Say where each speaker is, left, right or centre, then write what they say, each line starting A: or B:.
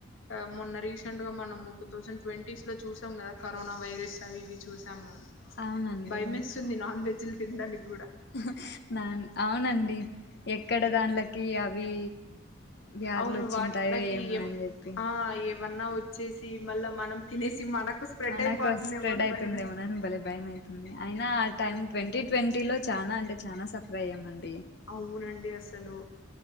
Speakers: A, on the left (about 85°); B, on the left (about 55°).
A: ఆ మొన్న రీసెంట్ గా మనము టూ థౌసండ్ ట్వంటీస్ లో చూసాం కదా కరోనా వైరస్ అవి ఇవి చూసాము
B: అవునండి
A: భయం వేసుతుంది నాన్ వెజ్ లు తిండానికి
B: ఉహు నాన్ అవునండి ఎక్కడ దానిలకి అవి వ్యాధులు
A: అవును
B: వచ్చింటాయో
A: వాట్ లకి
B: ఏమోనని
A: ఏమ్
B: చెప్పి
A: ఆ ఏమన్నా వచ్చేసి మళ్ళా మనం తినేసి మనకు స్ప్రెడ్
B: మనకు
A: అయిపోతుందేమో
B: అద్ స్ప్రెడ్
A: అని
B: అయితుంది
A: భయం వేస్తుంది
B: ఏమో నానీ బలే భయం అయితుంది అయినా ఆ టైం ట్వంటీ ట్వంటీ లో చానా అంటే చానా సఫర్ అయ్యమండి
A: అవునండి అసలు